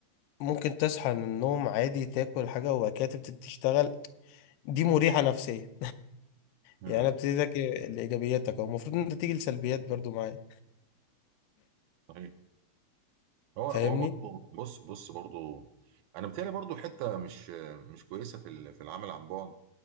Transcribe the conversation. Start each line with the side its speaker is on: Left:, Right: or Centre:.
Left: ممكن تصحى من النوم عادي تاكل حاجة وبعد كده تبتدي تشتغل دي مريحة نفسيا
Right: أمم،
Left: يعني انا ابتديتك لإيجابياتك او المفروض ان انت تيجي لسلبيات برضو معايا
Right: صحيح هو
Left: فاهمني
Right: هو برضه بص بص برضه انا بتهيألي برضه حته مش مش كويسه في ال- في العمل عن بعد